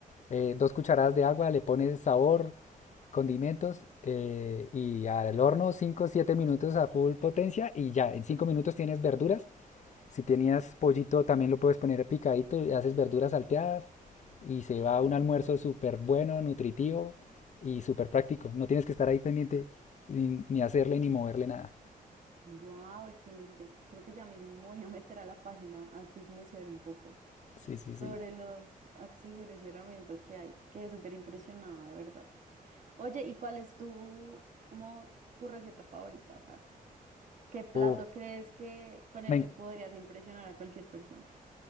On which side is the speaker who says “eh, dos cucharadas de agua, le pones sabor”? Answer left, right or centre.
Left